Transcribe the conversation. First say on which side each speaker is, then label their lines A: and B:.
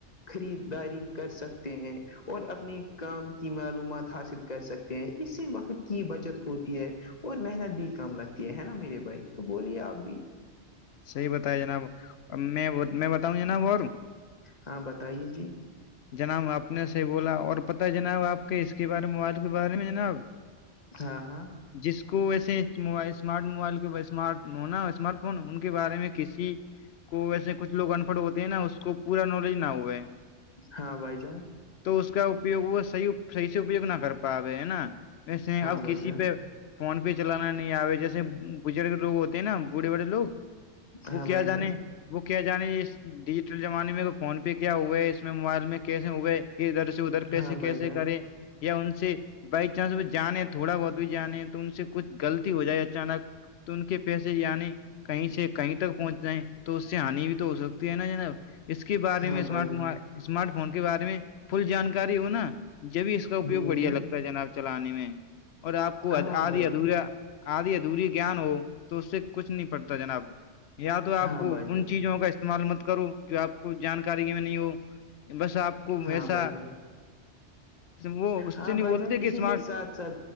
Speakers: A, on the left; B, on the left.
A: خریداری کر سکتے ہیں اور اپنی کام کی معلومات حاصل کر سکتے ہیں اس سے وقت کی بچت ہوتی ہے اور محنت بھی کم لگتی ہے ہے نا میرے بھائی تو بولیے آپ بھی
B: صحیح بتایا جناب اب میں میں بتاؤں جناب اور
A: ہاں بتائیے جی
B: جناب آپ نے صحیح بولا اور پتا جناب آپ کے اس کے بارے موبائل کے بارے میں جناب
A: ہاں ہاں
B: جس کو ویسے اسمارٹ موبائل کے اسمارٹ ہونا اسمارٹ فون ان کے بارے میں کسی کی کو ویسے کچھ لوگ انپڑ ہوتے ہیں نا اس کو پورا نالج نہ ہوا ہے
A: ہاں بھائی جان
B: تو اس کا اپیوگ وہ صحیح سے اپیوگ نہ کر پاوے ہے نا وسے
A: ہاں
B: اب
A: بھائی
B: کسی
A: جان
B: پہ فون پہ چلانا نہیں آے جیسے بزرگ لوگ ہوتے ہیں نا بوڑے بڑے لوگ
A: ہاں
B: وہ کیا
A: بھائی
B: جانے
A: جان
B: وہ کیا جانے اس ڈیجیٹل زمانے میں فون پے کیا ہوا ہے اس میں موبائل میں کیسے ہوئے ادھر سے ادھر پیسے
A: ہاں
B: کیسے
A: بھائی جان
B: کریں یا ان سے بائی چانس وہ جانے تھوڑا بہت بھی جانے تو ان سے کچھ غلطی ہو جائے اچانک تو ان کے پیسے یعنی کہیں سے کہیں تک پہنچ جائیں تو اس سے ہانی بھی تو ہو سکتی ہے نا نا اس کے بارے
A: ہاں
B: میں اسمارٹ
A: بھائی جان
B: موبائل اسمارٹ فون کے بارے میں فل جانکاری ہو نا جبھی اس کا اپیوگ
A: ہوں
B: بڑھیا
A: ہوں
B: لگتا ہے جناب چلانے میں اور آپ کو
A: ہاں
B: آدھی
A: بھائی
B: ادھورا
A: جان
B: آدی ادوری گان ہو تو اس سے کچھ نہیں پڑتا جناب یا تو آپ
A: ہاں
B: کو
A: بھائی
B: ان
A: جان
B: چیزوں کا استعمال مت کرو جو آپ کو جانکاری میں نہیں ہو بس آپ کو
A: ہاں
B: ایسا
A: بھائی جان
B: وہ اس
A: ہاں
B: سے نہیں
A: بھائی
B: بولتے
A: جان
B: کہ
A: اسی
B: اسمارٹ
A: کے ساتھ ساتھ